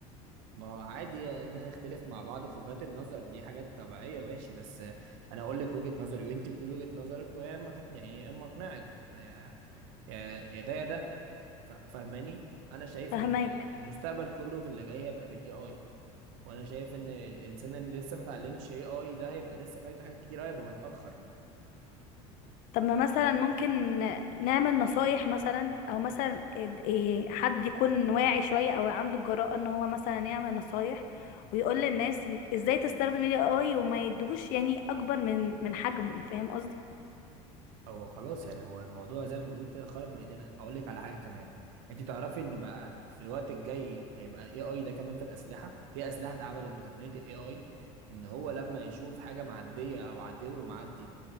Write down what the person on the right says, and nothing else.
ما هو عادي هنختلف مع بعض في وجهات النظر دي حاجات طبيعية ماشي بس أنا أقول لك وجهة نظري وأنت بتقول وجهة نظرك ويا إما تقنعني يا إما أقنعك ما يا يا ده يا ده يعني ف- فاهماني انا شايف
ان المستقبل كله في اللي جاي هيبقى في الاي اي وانا شايف ان الانسان اللي لسه ما اتعلمش اي اي ده هيبقى لسه فايته حاجات كتير أوي، هيبقى متاخر
هو خلاص يعني هو الموضوع زي ما بيقول كده خرج من ايدينا اقول لك على حاجه كمان انت تعرفي ان بقى في الوقت الجاي هيبقى الاي اي ده كمان في الاسلحه في اسلحه اتعملت بتقنيه الاي اي ان هو لما يشوف حاجه معديه او عدو معدي